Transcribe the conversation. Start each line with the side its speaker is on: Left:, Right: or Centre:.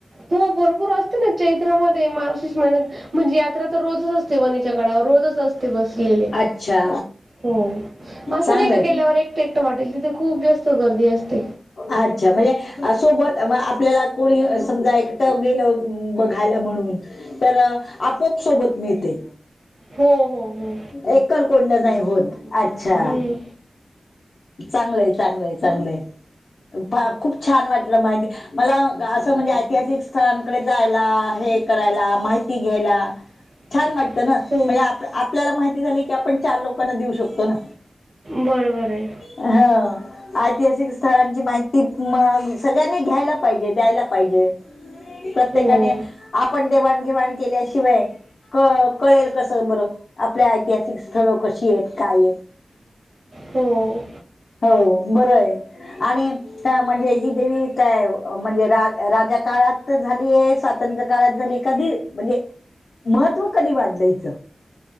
Right: हो भरपूर असते ना चैत्रामध्ये मार्गशीष महिन्यात म्हणजे यात्रा तर रोजच असते. <inaudible> गडावर रोजच असते बसलेले
Left: अच्छा
Right: हो असं
Left: चांगलंय
Right: नाही का की गेल्यावर एकटं एकटं वाटेल तिथे खूप जास्त गर्दी असते.
Left: अच्छा म्हणजे सोबत आपल्याला कोणी समजा एकटं गेलं बघायला म्हणून तर आपोआप सोबत मिळते
Right: हो हो हो
Left: एकलकोंड नाही होत अच्छा
Right: हम्म,
Left: चांगलं आहे चांगलं आहे चांगलं आहे खूप छान वाटलं <unintelligible> मला असं म्हणजे ऐतिहासिक स्थळकडे जायला हे करायला माहिती घ्यायला
Right: <inaudible>
Left: छान वाटतं ना म्हणजे
Right: हो
Left: आप आपल्याला माहिती झाली की आपण चार लोकांना देऊ शकतो ना.
Right: बरोबर आहे
Left: हाव ऐतिहासिक स्थळांची माहिती मग सगळ्यांनी घ्यायला पाहिजे द्यायला पाहिजे. प्रत्येकाने
Right: हो
Left: आपण देवाणघेवाण केल्याशिवाय क कळेल कसं बरं आपलि ऐतिहासिक स्थळं कशी आहेत काय आहेत.
Right: हो
Left: हो बर आहे आणि अ म्हणजे ही देवी काय म्हणजे राजा काळात झालीय स्वातंत्र्य काळात झाली कधी म्हणजे महत्व कधी वाढलं हिच